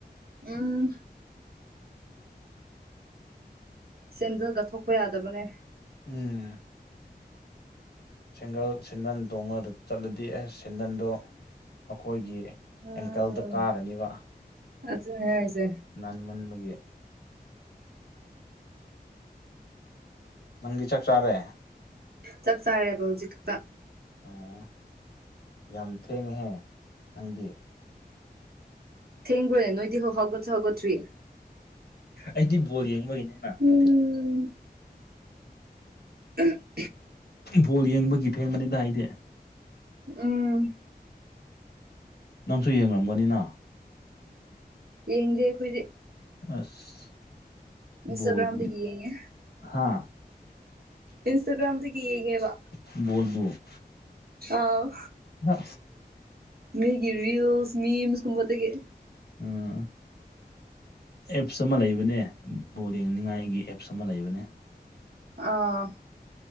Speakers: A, on the right (about 70°); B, on the left (about 75°).
A: ꯎꯝ ꯆꯦꯟꯗꯜꯒ ꯊꯣꯛꯄ ꯌꯥꯗꯕꯅꯦ
B: ꯎꯝ ꯁꯤꯡꯒꯜ ꯁꯤꯗꯟ ꯇꯣꯡꯉꯗ ꯆꯠꯂꯗꯤ ꯑꯦꯁ ꯆꯦꯟꯗꯟꯗꯣ ꯑꯩꯈꯣꯏꯒꯤ
A: ꯑꯥ
B: ꯑꯦꯡꯀꯜꯗ ꯀꯥꯔꯅꯤꯕ
A: ꯑꯗꯨꯅꯦ ꯍꯥꯏꯁꯦ
B: ꯅꯟꯃꯟꯕꯒꯤ ꯅꯪꯗꯤ ꯆꯥꯛ ꯆꯥꯔꯦ
A: ꯆꯥꯛ ꯆꯥꯔꯦꯕ ꯍꯧꯖꯤꯛ ꯈꯛꯇ
B: ꯑꯣ ꯌꯥꯝ ꯊꯦꯡꯉꯍꯦ ꯅꯪꯒꯤꯠ
A: ꯊꯦꯡꯕꯨꯣꯏꯦ ꯅꯣꯏꯗꯤ ꯍ ꯍꯣꯣꯏ ꯍꯒꯣꯇ꯭ꯔꯤ
B: ꯑꯩꯗꯤ ꯕꯣꯜ ꯌꯦꯡꯕꯒꯤꯅꯦꯅ ꯑꯗꯨꯗꯤ
A: ꯎꯝ ꯎꯝ
B: ꯕꯣꯜ ꯌꯦꯡꯕꯒꯤ ꯊꯦꯡꯕꯅꯤꯗ ꯍꯥꯏꯗꯤ
A: ꯎꯝ
B: ꯅꯪꯁꯨ ꯌꯦꯡꯂꯝꯒꯅꯤꯅ
A: ꯌꯦꯡꯗꯦ ꯑꯩꯈꯣꯏꯗꯤ
B: ꯑꯁ
A: ꯏꯟꯁꯇꯥꯒ꯭ꯔꯥꯝꯗꯤ
B: ꯕꯣꯜꯕꯨꯗꯤ
A: ꯀ ꯌꯦꯒꯦ
B: ꯍꯥ
A: ꯏꯟꯁꯇꯥꯒ꯭ꯔꯥꯝꯗꯤ ꯀꯌꯦꯒꯦ ꯋꯥ
B: <unintelligible>
A: ꯑꯥꯎ
B: ꯑ
A: ꯃꯤ ꯒꯤꯔꯕꯤꯌꯨꯁ ꯃꯤ ꯃꯤꯁ ꯀꯨꯨꯝꯄꯇꯒꯤ
B: ꯎꯝ ꯑꯦꯞꯁ ꯑꯃ ꯂꯩꯕꯅꯦ ꯂꯦꯡꯅꯤꯉꯥꯏꯒꯤ ꯑꯦꯞꯁ ꯑꯃ ꯂꯩꯕꯅꯦ
A: ꯑꯥ